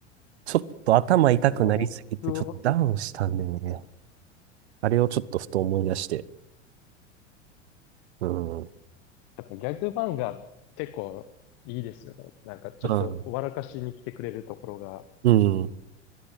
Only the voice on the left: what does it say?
いや、僕は、
そう
やっぱギャグ漫画結構いいですよね。なんかちょっと笑かしに来てくれるところが、